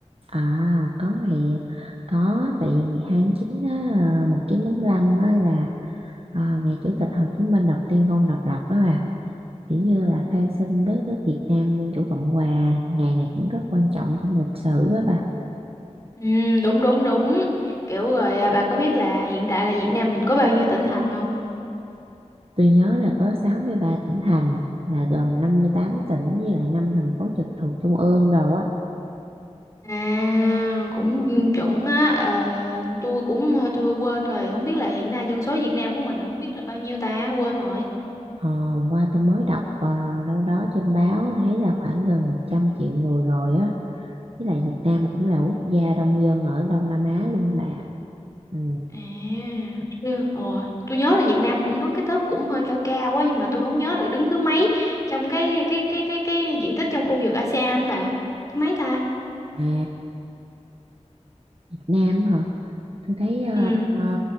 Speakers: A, on the right; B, on the left.
A: à, có ngày có tại vì ngày 29 á, à, 1945 á là à, ngày Chủ tịch Hồ Chí Minh đọc tuyên ngôn độc lập á bà. Kiểu như là khai sinh đất nước Việt Nam Dân chủ Cộng hòa, ngày này cũng rất quan trọng trong lịch sử á bà.
B: Ừ, đúng đúng đúng. Kiểu rồi à, bà có biết là hiện tại là Việt Nam mình có bao nhiêu tỉnh thành không?
A: Tôi nhớ là có 63 tỉnh thành là gồm 58 tỉnh với lại 5 thành phố trực thuộc trung ương rồi á.
B: À, cũng chuẩn á. Ờ, tôi cũng tôi quên rồi, không biết là hiện nay dân số Việt Nam của mình không biết là bao nhiêu ta, quên rồi.
A: Ờ, hôm qua tôi mới đọc ờ, đâu đó trên báo thấy là khoảng gần 100 triệu người rồi á. Với lại Việt Nam cũng là quốc gia đông dân ở Đông Nam Á luôn á bà. Ừ.
B: À, tôi, ồ, tôi nhớ là Việt Nam cũng đứng cái top cũng hơi cao cao quá nhưng mà tôi không nhớ là đứng thứ mấy trong cái cái cái cái cái diện tích trong khu vực ASEAN bà. Thứ mấy ta?
A: À, Việt Nam hả? Tôi thấy ờ,
B: Ừ.
A: ờ,